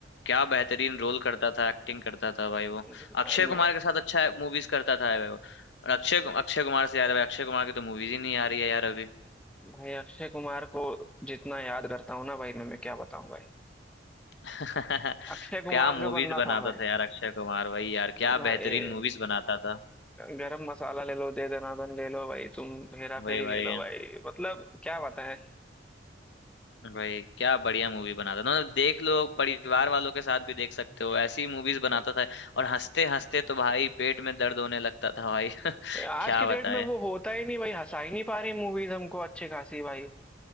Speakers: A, on the left; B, in the centre.
A: क्या बेहतरीन रोल करता था एक्टिंग करता था भाई वो
B: भाई
A: अक्षय
B: मैं
A: कुमार के साथ अच्छा मूवीज करता था भाई वो और अक्षय अक्षय कुमार से यार भाई अक्षय कुमार की तो मूवीज ही नहीं आ रही है यार अभी
B: भाई अक्षय कुमार को जितना याद करता हूँ ना भाई मैं, मैं क्या बताऊं भाई
A: <laughs>
B: अक्षय कुमार
A: क्या मूवीज
B: जो बंदा
A: बनाता
B: था भाई
A: था यार अक्षय कुमार भाई यार
B: भाई
A: क्या बेहतरीन मूवीज बनाता था
B: गरम मसाला ले लो दे दनादन ले लो भाई तुम हेरा
A: वही
B: फेरी
A: भाई
B: ले लो भाई मतलब क्या बताएं
A: भाई क्या बढ़िया मूवी बनाता था मतलब देख लो परिवार वालों के साथ भी देख सकते हो ऐसी मूवीज बनाता था और हंसते हंसते तो भाई पेट में दर्द होने लगता था भाई <laughs>
B: भाई, आज
A: क्या
B: की डेट
A: बताए
B: में वो होता ही नहीं भाई हंसा ही नहीं पा रही मूवीज हमको अच्छी खासी भाई